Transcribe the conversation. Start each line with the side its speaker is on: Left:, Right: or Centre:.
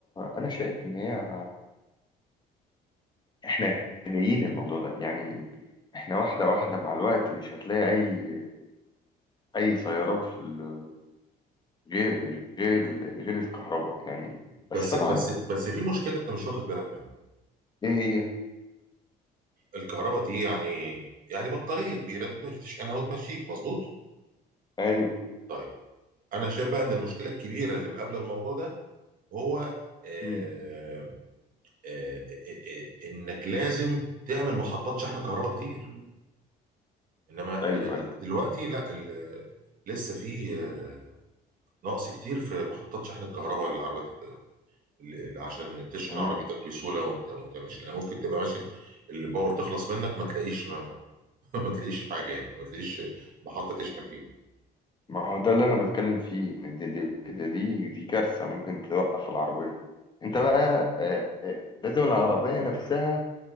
Left: انا شايف ان هي احنا جايين الموضوع ده يعني احنا واحدة واحدة مع الوقت مش هتلاقي أي أي سيارات في ال- غير غير ال- غير الكهرباء يعني بس
Right: بس
Left: طبعا
Right: بس بس في مشكله انت مش واخد بالك منها
Left: إيه هي؟
Right: الكهرباء دي يعني يعني بطاريه كبيره بتمشي تشحنها وتمشيك مظبوط
Left: أيوه
Right: طيب انا شايف بقى ان المشكله الكبيره اللي مقابله الموضوع ده هو آه
Left: مم.
Right: آه آه آه انك لازم تعمل محطات شحن كهرباء كتير انما
Left: أيوه
Right: ال-
Left: أيوه
Right: ال- دلوقتي لا ال- لسه في آه، نقص كتير في محطات شحن الكهرباء للعربيات ل- عشان تشحن
Left: مم.
Right: عربيتك بسهوله وانت وانت ماشي يعني ممكن تبقى ماشي الباور تخلص منك ما تلاقيش ما, <laughs> ما تلاقيش حاجه يعني ما تلاقيش محطه تشحن فيها
Left: ما هو ده اللي أنا بتكلم فيه دي دي دي, دي, دي كارثة ممكن توقف العربية أنت
Right: مم.
Left: بقى آه، آه، لازم العربية نفسها